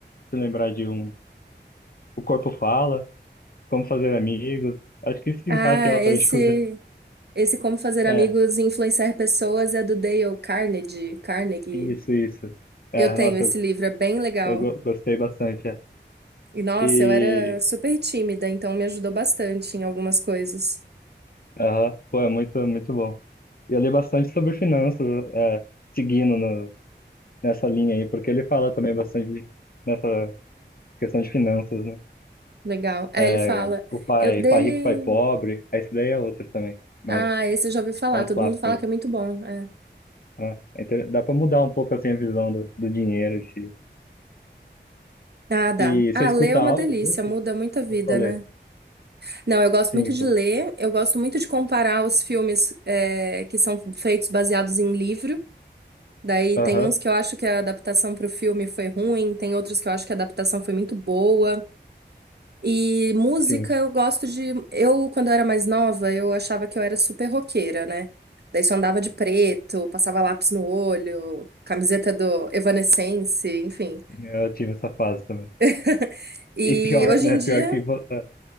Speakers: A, on the left; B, on the right.
A: eu lembrar de um. O corpo fala, como fazer amigos. Acho que isso se
B: Ah,
A: encaixa em autoajuda.
B: esse. Esse Como Fazer
A: É,
B: Amigos e Influenciar Pessoas é do Dale Carnegie. Carnegie.
A: isso, isso. É,
B: Eu tenho
A: nossa,
B: esse livro, é bem legal.
A: Eu go- gostei bastante. é.
B: E nossa,
A: E,
B: eu era super tímida, então me ajudou bastante em algumas coisas.
A: aham, pô, é muito, muito bom. E eu li bastante sobre finanças, é, seguindo no- nessa linha aí, porque ele fala também bastante de- nessa questão de finanças, né?
B: Legal. Aí
A: É,
B: ele fala,
A: o pai,
B: eu dele.
A: pai rico, pai pobre, aí esse daí é outro também, mas
B: Ah, esse eu já ouvi falar,
A: é um
B: todo
A: clássico
B: mundo fala
A: aí.
B: que é muito bom. É.
A: né? É inter- Dá pra mudar um pouco assim a visão do, do dinheiro. em si.
B: Ah, dá.
A: E você
B: Ah,
A: escuta
B: ler é uma
A: audiobook?
B: delícia, muda muita vida,
A: Eu só ler.
B: né? Não, eu gosto
A: Sim,
B: muito de
A: pô.
B: ler, eu gosto muito de comparar os filmes, é, que são feitos baseados em livro. Daí
A: Aham,
B: tem uns que eu acho que a adaptação para o filme foi ruim, tem outros que eu acho que a adaptação foi muito boa. E música
A: sim.
B: eu gosto de. Eu, quando eu era mais nova, eu achava que eu era super roqueira, né? Daí só andava de preto, passava lápis no olho, camiseta do Evanescence, enfim.
A: Eu tive essa fase também.
B: <laughs> E
A: E pior,
B: hoje
A: né?
B: em dia
A: Pior que. vo- é,